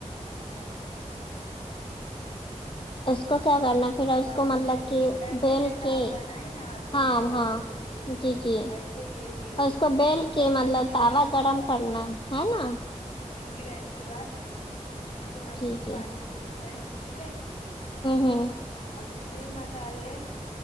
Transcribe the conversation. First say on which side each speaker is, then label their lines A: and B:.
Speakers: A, on the left (about 65°); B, on the left (about 40°).
A: ہاں
B: اس
A: ہاں
B: کو کیا کرنا
A: اس
B: پھر
A: کے بعد
B: کو
A: میں
B: مطلب
A: ایسے
B: کہ
A: ہی ایسے
B: بیل
A: ہی جیسے
B: کے
A: آپ بنائے نا آلو
B: ہاں
A: کے پراٹھے
B: ہاں
A: ویسے
B: جی جی
A: ایسے ہی یہ بھی ہے
B: اور اس کو بیل
A: مطلب
B: کے
A: چنے کی
B: توا
A: دال کو
B: گرم
A: مطلب
B: کرنا ہے ہے نا
A: ہاں زگی رہنے کے بعد اس کو نمکین
B: جی جی
A: پان میں پیسنا ہے ٹھیک ہے
B: ھم
A: اب جتنے بھی مسالے ہے